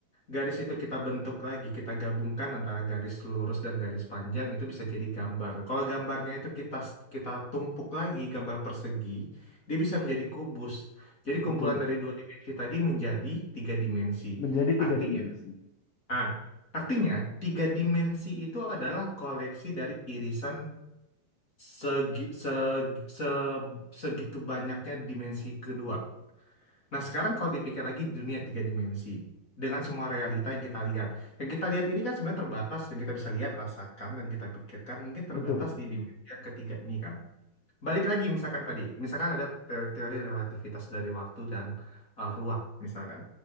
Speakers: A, on the left; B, on the left.
A: garis itu kita bentuk lagi, kita gabungkan antara garis lurus dan garis panjang itu bisa jadi gambar. Kalau gambarnya itu kita kita tumpuk lagi gambar persegi, dia bisa menjadi kubus. Jadi
B: betul.
A: kumpulan dari dua dimensi tadi menjadi tiga dimensi.
B: menjadi tiga
A: Artinya,
B: dimensi.
A: ah, artinya tiga dimensi itu adalah koleksi dari irisan segi, seg- se- segitu banyaknya dimensi kedua. Nah, sekarang kalau dipikir lagi di dunia tiga dimensi, dengan semua realita yang kita lihat, yang kita lihat ini kan sebenarnya terbatas, yang kita bisa lihat, rasakan, dan kita pikirkan mungkin terbatas
B: Betul.
A: di dimensi yang ketiga ini kan. Balik lagi misalkan tadi, misalkan ada te- teori relativitas dari waktu dan eh, ruang, misalkan.